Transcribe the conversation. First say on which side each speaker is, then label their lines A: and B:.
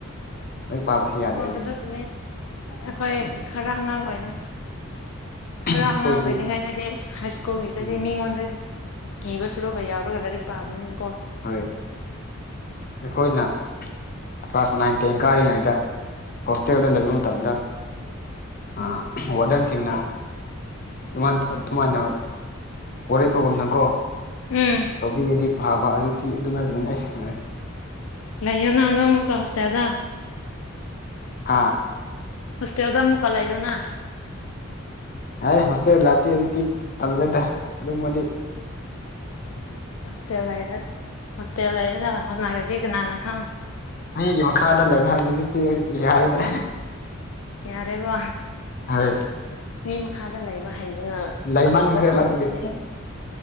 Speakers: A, on the left (about 45°); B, on the left (about 70°).
A: ꯂꯥꯏꯔꯤꯛ ꯄꯥꯕꯁꯤ ꯌꯥꯗ꯭ꯔꯦꯅꯦ
B: ꯍꯣꯏ ꯑꯗꯨꯕꯨꯅꯦ ꯑꯩꯈꯣꯏ
A: ꯎꯝ
B: ꯈꯔ ꯑꯉꯥꯡ ꯑꯣꯏꯔꯤꯉꯩ ꯈꯔ
A: ꯑꯩꯈꯣꯏꯁꯤ
B: ꯑꯉꯥꯡ ꯑꯣꯏꯔꯤꯉꯩꯗꯗꯤ ꯍꯥꯏ ꯁ꯭ꯀꯨꯜꯒꯤꯗꯗꯤ
A: ꯎꯝ
B: ꯃꯤꯉꯣꯟꯗꯗꯤ ꯀꯤꯕ ꯁꯨꯔꯒ ꯌꯥꯎꯔꯒ ꯂꯥꯏꯔꯤꯛ ꯄꯥꯕꯅꯤꯅ ꯀꯣ
A: ꯍꯣꯏ ꯑꯩꯈꯣꯏꯅ ꯀ꯭ꯂꯥꯁ ꯅꯥꯏꯟ ꯇꯦꯟ ꯀꯥꯔꯤꯉꯩꯗ ꯍꯣꯁꯇꯦꯜꯗ ꯂꯩꯕ ꯃꯇꯝꯗ ꯑ ꯋꯥꯗꯦꯟ ꯁꯤꯡꯅ ꯥꯟ ꯑꯗꯨꯃꯥꯟ ꯋꯥꯔꯦꯞ ꯄꯒꯨꯝꯅꯀꯣ
B: ꯎꯝ
A: ꯇꯧꯕꯤꯔꯗꯤ ꯐꯕ ꯍꯖꯤ <unintelligible> ꯛꯇꯤ ꯑꯗꯨꯅ ꯑꯗꯨꯅꯤ ꯑꯩ ꯁꯦ
B: ꯂꯩꯌꯣꯅ ꯑꯗꯣ ꯑꯃꯨꯛ ꯍꯣꯁꯇꯦꯜꯗ
A: ꯍꯥꯥ
B: ꯍꯣꯁꯇꯦꯜꯗ ꯃꯨꯀꯥ ꯂꯩꯔꯣꯅ
A: ꯍ ꯍꯣꯁꯦꯜ ꯂꯥꯏꯞꯇꯤ ꯍꯧꯖꯤꯛꯇꯤ ꯇꯜꯂꯦꯗ ꯑꯗꯨꯃꯗꯤ ꯎꯝ <inaudible>
B: ꯍꯣꯁꯇꯦꯜ ꯂꯔ ꯍꯣꯁꯇꯦꯜ ꯂꯩꯔꯒ ꯍꯣꯠꯅꯔꯗꯤ ꯀꯅꯥꯅꯥ ꯈꯥꯎ <unintelligible>
A: ꯃꯤꯒꯤ ꯃꯈꯥꯗ ꯂꯩꯕ ꯍꯥꯏꯕꯁꯤꯁꯨꯛꯇꯤ ꯌꯥꯔꯦꯅꯦ
B: ꯌꯥꯔꯦꯕꯥ
A: ꯍꯣꯏ
B: ꯃꯤ ꯃꯈꯥꯗ ꯂꯩꯕ ꯍꯩꯕꯅ
A: ꯂꯩꯃꯟꯈ꯭ꯔꯦꯕ
B: ꯑꯐꯕ ꯐꯪꯈ꯭ꯔꯦꯅꯦ
A: ꯑꯗꯨꯒꯤ